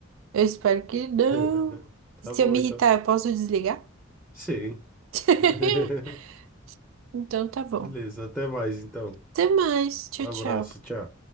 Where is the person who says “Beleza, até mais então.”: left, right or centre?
Centre